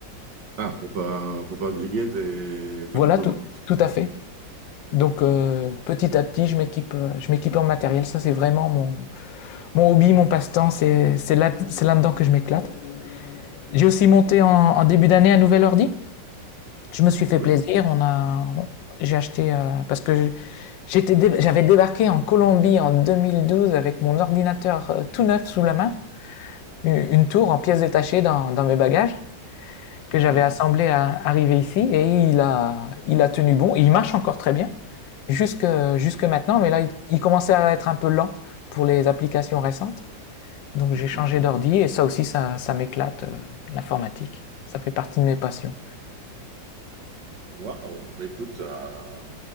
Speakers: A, on the right; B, on the left.
A: Ah, pour pas, pour pas griller tes, tes
B: Voilà
A: composants.
B: tout, tout à fait. Donc euh, petit à petit, je m'équipe, euh, je m'équipe en matériel. Ça, c'est vraiment mon, mon hobby, mon passe-temps. C'est, c'est là, c'est là-dedans que je m'éclate. J'ai aussi monté en, en début d'année un nouvel ordi. Je me suis fait
A: Oui.
B: plaisir. On a, j'ai acheté euh, parce que j'étais, dé- j'avais débarqué en Colombie en 2012 avec mon ordinateur euh, tout neuf sous la main, une, une tour en pièces détachées dans, dans mes bagages que
A: Mhm,
B: j'avais assemblé à arriver ici et il a, il a tenu bon. Il marche encore très bien jusque, jusque maintenant, mais là il, il commençait à être un peu lent pour les applications récentes. Donc
A: mhm.
B: j'ai changé d'ordi et ça aussi ça, ça m'éclate euh, l'informatique. Ça fait partie de mes passions.
A: Waouh. Bah, écoute, euh,